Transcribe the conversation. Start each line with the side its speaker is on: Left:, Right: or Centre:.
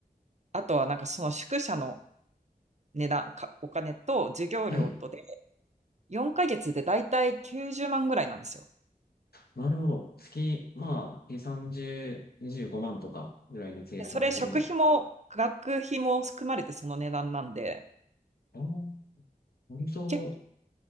Right: あとはなんかその宿舎の値段、か、お金と授業料とで、
Left: はい。
Right: 4ヶ月でだいたい90万ぐらいなんですよ。
Left: なるほど。月、まあ、2、30、25万とかぐらいの計算で、
Right: でそれ食費も学費も含まれてその値段なんで、
Left: ああ、割と
Right: け、